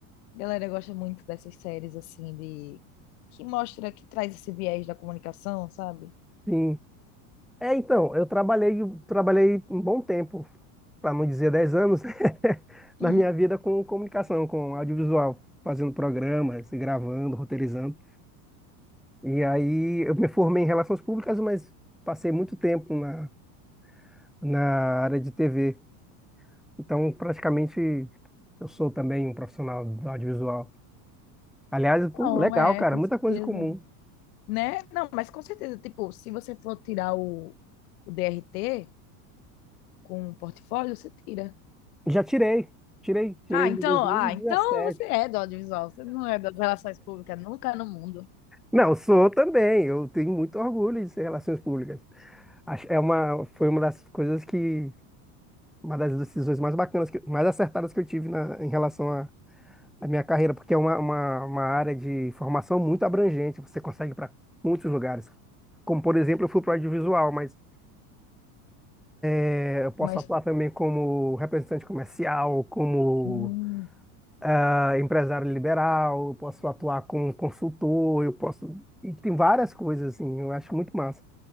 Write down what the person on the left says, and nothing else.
galera gosta muito dessas séries assim de que mostra, que traz esse viés da comunicação, sabe?
<laughs>
Não,
é,
com
certeza.
Né? Não, mas com certeza, tipo, se você for tirar o, o DRT com o portfólio, você tira.
Ah,
então,
ah, então você é do audiovisual, você não é das relações públicas nunca no mundo.
Mas,
hum,